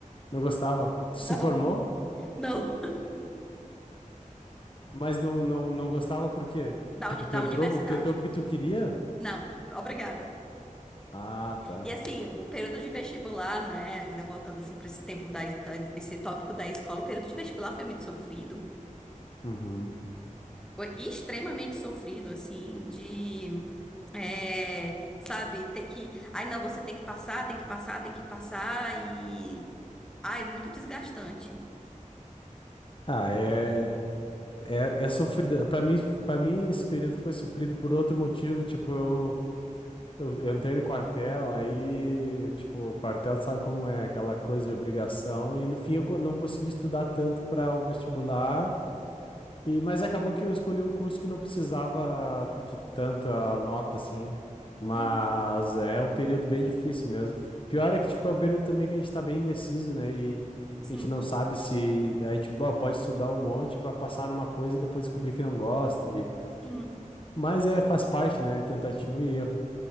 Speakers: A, on the left (about 40°); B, in the centre.
A: Não gostava. Tu
B: <laughs> Não,
A: se formou,
B: não.
A: mas não, não, não gostava por quê?
B: Da,
A: Tipo,
B: uni-
A: tu
B: da
A: entrou,
B: universidade.
A: tu entrou porque tu queria?
B: Não, obrigada.
A: Ah, tá.
B: E assim, o período de vestibular, né? Ainda voltando assim para esse tempo da, da- esse tópico da escola, o período de vestibular foi muito sofrido.
A: Uhum.
B: Foi extremamente sofrido, assim, de, é, sabe, ter que, ai não, você tem que passar, tem que passar, tem que passar e, ai, muito desgastante.
A: Ah, é, é, é sofrido. Pra mim, para mim, esse período foi sofrido por outro motivo. Tipo, eu, eu, eu entrei no quartel, aí, tipo, o quartel tu sabe como é, aquela coisa de obrigação. E no fim, eu co- não consegui estudar tanto para o vestibular. E, mas acabou que eu escolhi um curso que não precisava de tanta nota, assim. Mas
B: Uhum,
A: é um período bem difícil mesmo. Pior é que, tipo, é um período também que a gente tá bem indeciso, né? E
B: Sim,
A: a gente não sabe se... A gente, bom, pode estudar um monte pra passar numa coisa e depois descobrir que não gosta. E...
B: sim.
A: Mas é, faz parte, né? É Tentativa e erro.